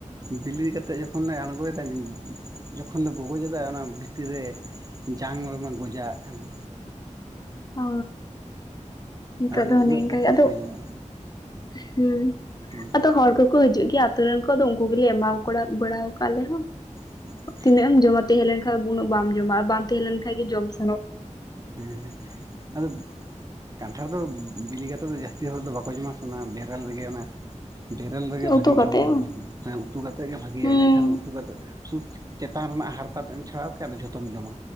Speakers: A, on the right (about 30°); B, on the left (about 30°).
A: ᱵᱤᱞᱤ ᱠᱟᱛᱮᱫ ᱡᱚᱠᱷᱚᱱ ᱞᱮ ᱟᱬᱜᱚᱭᱮᱫᱟ ᱡᱚᱠᱷᱚᱱ ᱞᱮ ᱵᱩᱜᱚᱡᱟ ᱚᱱᱟ ᱵᱷᱤᱛᱤᱨ ᱨᱮ ᱡᱟᱝ ᱢᱮᱚᱢᱮ ᱜᱚᱡᱟᱣᱟᱜ ᱠᱟᱱᱟ
B: ᱚ ᱱᱤᱛᱚᱜ
A: ᱟᱫᱚ
B: ᱫᱚ ᱦᱚᱱᱮ
A: ᱩᱱᱟᱹᱜ
B: ᱤᱱᱠ
A: ᱰᱷᱮᱨ
B: ᱜᱮ
A: ᱫᱚ
B: ᱟᱫᱚ
A: ᱚᱠᱚᱭ ᱡᱚᱢᱟ
B: ᱦᱮᱸ
A: <inaudible>
B: ᱟᱫᱚ ᱦᱚᱲ ᱠᱚᱠᱚ ᱦᱤᱡᱩᱜ ᱜᱮᱭᱟ ᱟᱛ ᱨᱮᱱ ᱠᱚᱫᱚ ᱩᱱᱠᱩ ᱜᱮᱞᱮ ᱮᱢᱟ ᱠᱚᱲᱟ ᱵᱟᱲᱟ ᱟᱠᱟᱫ ᱟᱞᱮ ᱦᱚᱸ
A: <inaudible>
B: ᱛᱤᱱᱟᱹᱜ ᱮᱢ ᱡᱚᱢᱟ ᱛᱟᱦᱮᱸ ᱞᱮᱱ ᱠᱷᱟᱱ ᱫᱚ ᱩᱱᱟᱹᱜ ᱵᱟᱢ ᱡᱚᱢᱟ ᱟᱨ ᱵᱟᱝ ᱛᱟᱦᱮᱸ ᱞᱮᱱᱠᱷᱟᱱᱡ ᱜᱮ ᱡᱚᱢ ᱥᱟᱱᱟᱜ-ᱟ
A: ᱦᱮᱸ ᱟᱫᱚ ᱠᱟᱱᱴᱷᱟᱲ ᱫᱚ ᱵᱤᱞᱤ ᱠᱟᱛᱮᱫ ᱫᱚ ᱡᱟᱹᱥᱛᱤ ᱦᱚᱲ ᱫᱚ ᱵᱟᱠᱚ ᱡᱚᱢᱟ ᱚᱱᱟ ᱵᱮᱨᱮᱞ ᱨᱮᱜᱮ ᱚᱱᱟ ᱵᱮᱨᱮᱞ ᱨᱮᱜᱮ
B: ᱩᱛᱩ
A: ᱵᱷᱟᱜᱤ
B: ᱠᱟᱛᱮ
A: ᱡᱚᱢ ᱫᱚ
B: ᱦᱚᱸ
A: ᱵᱷᱟᱜᱮ ᱦᱮᱸ ᱩᱛᱩ ᱠᱟᱛᱮᱮᱫ ᱜᱮ ᱵᱷᱟᱜᱮᱤᱭᱟ
B: ᱦᱩᱸ
A: ᱤᱱᱟᱹᱠᱷᱟᱱ ᱩᱛᱩ ᱠᱟᱛᱮᱮᱫ ᱥᱩᱫ ᱪᱮᱛᱟᱱ ᱨᱮᱱᱟᱜ ᱦᱟᱨᱛᱟᱛᱮᱫ ᱪᱷᱟᱲᱟᱣ ᱠᱮᱫᱟ ᱟᱫᱚ ᱡᱷᱚᱛᱚᱢ ᱡᱚᱢᱟ